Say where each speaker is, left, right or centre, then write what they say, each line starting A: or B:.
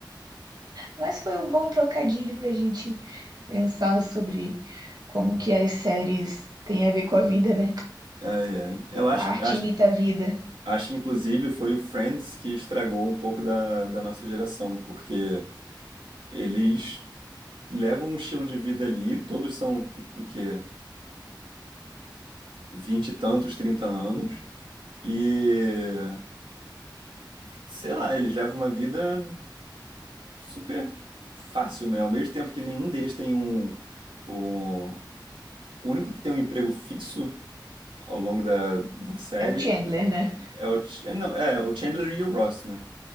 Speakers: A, on the right (about 55°); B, on the right (about 85°).
A: Mas foi um bom trocadilho pra gente pensar sobre como que as séries têm a ver com a vida, né?
B: Ai, ai. Eu acho
A: A
B: que,
A: arte
B: acho,
A: imita a vida.
B: acho que inclusive foi o Friends que estragou um pouco da, da nossa geração, porque eles levam um estilo de vida ali, todos são tipo, o quê? Vinte e tantos, 30 anos, e sei lá, eles levam uma vida super fácil, né? Ao mesmo tempo que nenhum deles tem um, um... O único que tem um emprego fixo ao longo da, da série
A: É o Chandler, né?
B: é o, Ch- é, não, é o Chandler e o Ross, né?